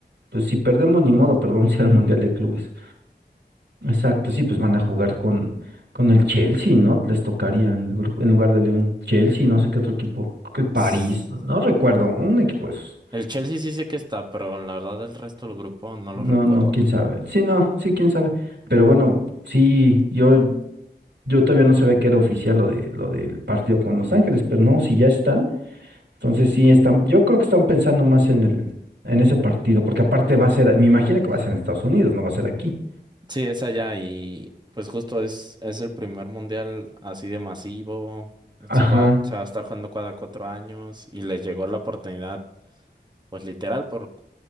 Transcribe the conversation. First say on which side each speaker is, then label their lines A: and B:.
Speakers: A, on the right; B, on the right.
A: pues si perdemos ni modo, pero vamos a ir al Mundial de Clubes. Exacto, sí, pues van a jugar con, con el Chelsea, ¿no? Les tocaría en el grupo, en lugar de León. Chelsea, no sé qué otro equipo. Creo que el París,
B: sí.
A: no no recuerdo, un equipo de esos.
B: El Chelsea sí sé que está, pero la verdad el resto del grupo no
A: No,
B: lo recuerdo.
A: no, quién sabe. Sí, no, sí, quién sabe. Pero bueno, sí, yo, yo todavía no sabía que era oficial lo de, lo del partido con Los Ángeles, pero no, si ya está. Entonces sí, están, yo creo que están pensando más en el, en ese partido, porque aparte va a ser, me imagino que va a ser en Estados Unidos, no va a ser aquí.
B: Sí, es allá y pues justo es, es el primer mundial así de masivo. Se
A: Ajá,
B: juega- se va a estar jugando cada cuatro años y les llegó la oportunidad, pues literal, por,